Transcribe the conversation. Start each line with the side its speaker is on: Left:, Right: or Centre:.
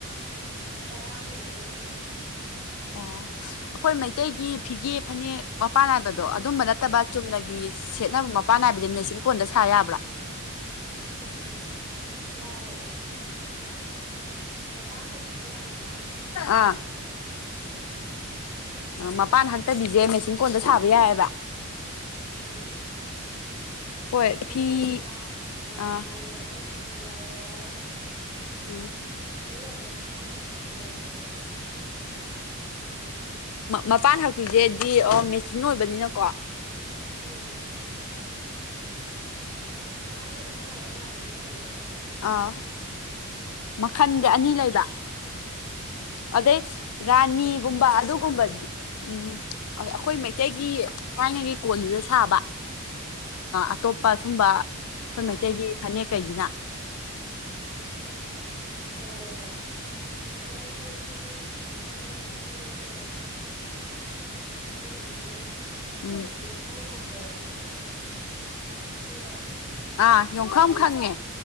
Right: ꯑꯗꯨꯝ ꯇꯔꯥ ꯍꯦꯟꯅ ꯂꯩꯝꯕꯒ ꯌꯥꯎꯏ
Left: ꯑꯣ ꯑꯩꯈꯣꯏ ꯃꯩꯇꯩꯒꯤ ꯐꯤꯒꯦ ꯐꯅꯦꯛ ꯃꯄꯥꯟ ꯅꯥꯏꯕꯗꯣ ꯑꯗꯨꯝꯕ ꯅꯠꯇꯕ ꯆꯨꯝꯅꯒꯤ ꯁꯦꯠꯅꯕ ꯃꯄꯥꯟ ꯅꯥꯏꯕꯗ ꯃꯦꯆꯤꯡ ꯀꯣꯟꯗ ꯁꯥ ꯌꯥꯕ꯭ꯔꯥ
Right: ꯎꯝ ꯌꯥꯏꯑꯦ ꯃꯄꯥꯟ ꯍꯛꯄꯤꯗꯤ ꯌꯥ ꯑꯗꯨꯕ
Left: ꯑꯥ
Right: ꯃꯄꯥꯟ ꯅꯥꯏꯕꯤꯗꯦ
Left: ꯃꯄꯥꯟ ꯍꯛꯇꯕꯤꯁꯦ ꯃꯦꯆꯤꯟ ꯀꯣꯟꯗ ꯁꯥꯕ ꯌꯥꯏꯑꯕ
Right: ꯎꯝ
Left: ꯍꯣꯏ
Right: ꯍꯌꯦꯛ
Left: ꯐꯤ
Right: ꯅꯥꯏꯕꯥ ꯌꯥꯏ ꯋꯥꯟ
Left: ꯑ
Right: ꯄ꯭ꯂꯥꯏ ꯌꯥꯏ ꯇꯨ ꯄ꯭ꯂꯥꯏ ꯌꯥꯏ
Left: ꯎꯝ
Right: ꯂꯣꯏ ꯌꯥꯏꯗ ꯃꯄꯥꯟ ꯍꯛꯄꯤ ꯈꯛꯇ ꯌꯥꯗꯕꯩ ꯃꯥꯅꯤ
Left: ꯃꯄꯥꯟ ꯍꯛꯄꯤꯁꯦꯗꯤ ꯑꯣ ꯃꯦꯆꯤꯟ ꯑꯣꯏꯕꯅꯤꯅꯀꯣ
Right: ꯎꯝ ꯃꯄꯥꯟ ꯍꯛꯄꯤ ꯁꯥꯕ ꯌꯥꯕꯁꯨ ꯂꯩꯌꯦꯕ
Left: ꯑꯥ ꯃꯈꯟꯗꯤ
Right: ꯂꯩꯕꯕꯨꯗꯤ
Left: ꯑꯅꯤ ꯂꯩꯕ ꯑꯗꯩ ꯔꯥꯅꯤꯒꯨꯝꯕ
Right: ꯃꯈꯜꯗꯤ
Left: ꯑꯗꯨꯒꯨꯝꯕꯗꯤ
Right: ꯌꯥꯝꯃꯤ
Left: ꯎꯝ ꯑ ꯑꯩꯈꯣꯏ ꯃꯩꯇꯩꯒꯤ ꯊꯥꯏꯉꯩꯒꯤ ꯀꯣꯟꯗꯨꯗ ꯁꯥꯕ ꯑꯇꯣꯞꯄ ꯁꯨꯝꯕ ꯑꯩꯈꯣꯏ
Right: ꯑꯥ
Left: ꯃꯩꯇꯩꯒꯤ ꯐꯅꯦꯛ ꯀꯩꯁꯤꯅ
Right: ꯍꯣꯏ ꯍꯣꯏ ꯍꯣꯏ ꯋꯥꯡꯈꯩ ꯐꯤ ꯔꯥꯅꯤ ꯐꯤ ꯂꯩꯗꯅ ꯑꯗꯨꯅ ꯑꯃꯨꯛ
Left: ꯎꯝ
Right: ꯌꯨꯝꯈꯪ ꯍꯥꯏꯕꯗꯣ ꯈꯪꯕ꯭ꯔꯥ
Left: ꯑꯥ ꯌꯣꯡꯈꯝ ꯈꯪꯉꯦ